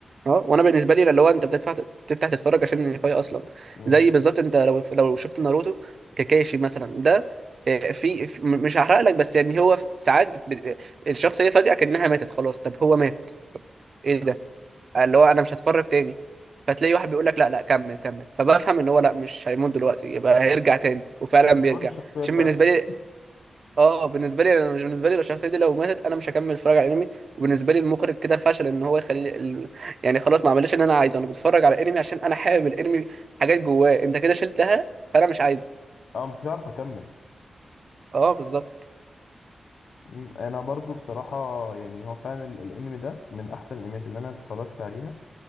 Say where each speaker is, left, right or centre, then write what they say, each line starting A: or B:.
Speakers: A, on the right; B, on the left.
A: اه وانا بالنسبه لي اللي هو انت بتدفع تفتح تتفرج عشان النهايه اصلا
B: امم
A: زي بالظبط انت لو لو شفت ناروتو كاكاشي مثلا ده آه، في في- م- مش هحرق لك بس يعني هو في- ساعات بت- بت- الشخصيه فجاه كانها ماتت خلاص طب هو مات ايه ده آه، اللي هو انا مش هتفرج تاني فتلاقي واحد بيقول لك لا لا كمل كمل فبفهم ان هو لا مش هيموت دلوقتي يبقى هيرجع تاني وفعلا
B: الظهور
A: بيرجع
B: الشخصيه
A: عشان
B: بتاعته
A: بالنسبه لي اه بالنسبه لي انا بالنسبه لي لو الشخصيه دي لو ماتت انا مش هكمل اتفرج على انمي وبالنسبه لي المخرج كده فشل ان هو يخلي ال... يعني خلاص ما عملش اللي انا عايزه انا بتفرج على انمي عشان انا حابب الانمي حاجات جواه انت كده شلتها فانا مش عايزه
B: اه مش عارف اكمل
A: اه بالظبط
B: مم، انا برضو بصراحه يعني هو فعلا ال- الانمي ده من احسن الانميات اللي انا اتفرجت عليها